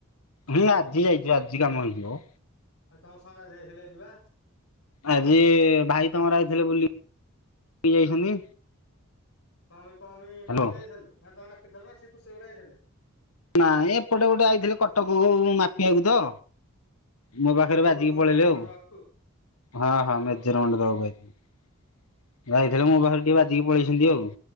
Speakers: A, on the left; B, on the left.
A: ମୁଁ ଆଜି ଯାଇଚି ଆଜି କାମ ହେଇଥିବ।
B: ଆଉ ତମ ସାଙ୍ଗାତେ ହେ ହେଲେ ଯିବା।
A: ଆଜି ଭାଇ ତମର ଆଇଥିଲେ ବୁଲି କି ଯାଇଛନ୍ତି।
B: କଁ ପାଇଁ କଁ ପାଇଁ
A: ହ୍ୟାଲୋ
B: କଁ ପାଇଁ ଯାଇଥିଲେ? ନା ତମେ ଡାକିଥିଲ ନା ସେ ଖୁସି ଗୋଟେ ଆଇଥିଲେ?
A: ନାଇଁ ଏପଟେ ଗୋଟେ ଆଇଥିଲେ କଟକକୁ ମାପିବାକୁ ତ ମୋ ପାଖରେ
B: ଓହୋ
A: ବାଜିକି
B: ମେଜରମେଣ୍ଟ
A: ପଳେଇଲେ ଆଉ,
B: ନବାକୁ
A: ହଁ ହଁ ମେଜରମେଣ୍ଟ
B: ଓହୋ
A: ଦବାକୁ ଆଇଥିଲେ। ଯାଇଥିଲେ ମୋ ପାଖରେ ଟିକେ
B: ହଁ।
A: ବାଜିକି ପଳେଇଛନ୍ତି ଆଉ।